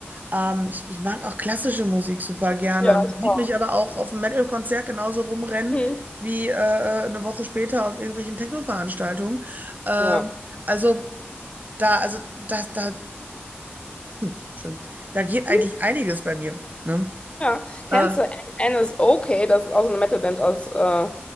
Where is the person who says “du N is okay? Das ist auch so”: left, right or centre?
Left